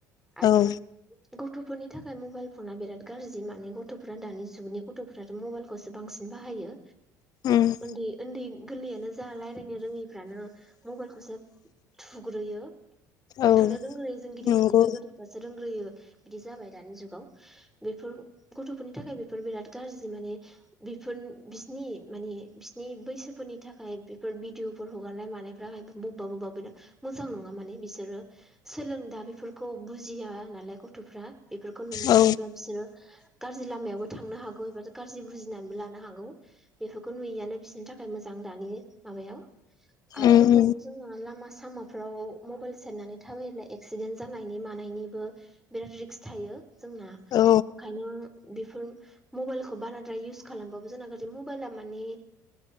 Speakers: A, in the centre; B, on the left.
A: आरो
B: औ
A: गथ'फोरनि थाखाय मबाइल फना बिराद गाज्रि माने गथ'फोरा दानि जुगनि गथ'फोराथ' मबाइलखौसो बांसिन बाहायो
B: उम
A: उन्दै उन्दै गोरलैयानो जा रायजलायनो रोङैफ्रानो मबाइलखौसो थुग्रोयो
B: औ
A: थुनो रोंग्रोयो जों गिदिरफोरनिफ्राय
B: नंगौ
A: गथ'फ्रासो रों- ग्रोयो बिदि जाबाय दानि जुगाव बेफोर गथ'फोरनि थाखाय बेफोर बिराद गाज्रि माने बिफोर बिसिनि माने बिसिनि बैसोफोरनि थाखाय बेफोर भिडिअफोर हगारनाय मानायफोर रि बबेबा बबेबा बिराद मोजां नङा माने बिसोरो सोलों दा बेफोरखौ बुजिया नालाय गथ'फ्रा बेफोरखौ नुनो
B: औ
A: थाङोब्ला बिसोरो गाज्रि लामायावबो थांनो हागौ एबा गाज्रि बुजि नानैबो लानो हागौ बेफोरखौ नुयैआनो बिसोरनि थाखाय मोजां दानि माबायाव आरो
B: उम
A: दंबावो जोंना लामा सामाफ्राव मबाइल सेरनानै थाबायोलाय एक्सिडेन्ट जानायनि मानाय निबो बिराद रिक्स थायो जोंना
B: औ
A: ओंखायनो बेफोर मबाइलखौ बाराद्राय इउ- स खालामबाबो जोंना गाज्रि मबाइला माने